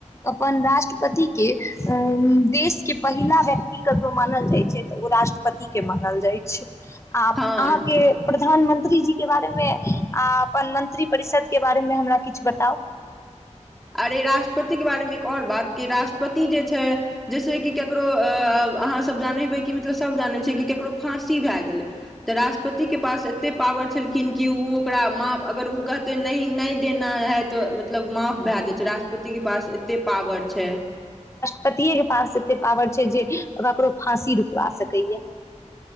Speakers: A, on the left (about 20°); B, in the centre.
A: अपन राष्ट्रपतिके देशके पहिला व्यक्ति ककरो मानल जाइ छै तऽ ओ राष्ट्रपतिके मानल जाइ छै। आ अहाँके
B: हँ
A: प्रधानमंत्री मंत्रीजीके बारेमे आ अपन मंत्रिपरिषदके बारेमे हमरा किछ बताउ।
B: अरे राट्रपति के बारेमे एक और बात की राष्ट्रपति जे छै जैस ते कि केकरो अ अहाँ सब जाने हेबै कि मतलब सब जानै छै कि केकरो फाँसी भाए गेलै। तऽ राष्ट्रपति के पास एते पावर छलखिन कि उ ओकरा माफ, अगर उ कहतै नहि नै देना है तो मतलब माफ भाए जाय छै रास पति के पास एते पॉवर छै।
A: पतिये के पास एते पावर छै जे ककरो फाँसी रुकवा सकैयै।